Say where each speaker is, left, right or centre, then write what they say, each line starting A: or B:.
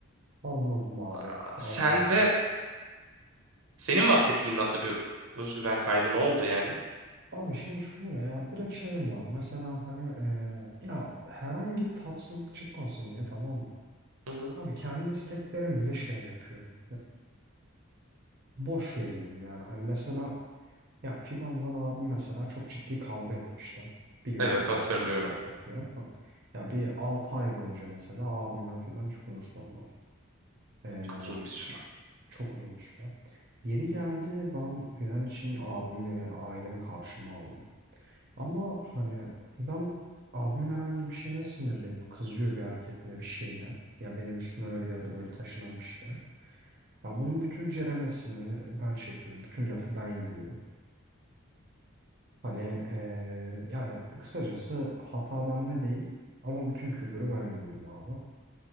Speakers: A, on the right; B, on the right.
A: Anladım abi.
B: Aa,
A: Anladım.
B: Sen de senin bahsettiğin nasıl bir özgüven kaybı ne oldu yani?
A: Abi şimdi şöyle ya direkt şeyim var. Mesela hani e, ya herhangi bir tatsızlık çıkmasın diye tamam mı?
B: Hı hı.
A: Abi kendi isteklerim bile şey yapıyorum. boş veriyorum yani. Hani mesela ya Fidan'la abim mesela çok ciddi kavga etmişti. Biliyorsun
B: Evet
A: zaten
B: hatırlıyorum.
A: bu muhabbetleri. Ha. Ya bir 6 ay boyunca mesela abimden Fidan hiç konuşmadılar. Ee,
B: Uzun bir süre.
A: çok uzun bir süre. Yeri geldi ben Fidan için abimi, ailemi karşıma aldım. Ama hani Fidan abimin herhangi bir şeyine sinirleniyor. Kızıyor bir hareketine, bir şeyine. Ya benim üstümden öyle ya da böyle taşınan bir şeye. Ya bunun bütün ceremesini ben çekiyorum. Bütün lafı ben yiyorum. Hani eee, yani kısacası hata bende değil ama bütün küfürü ben yiyorum abi.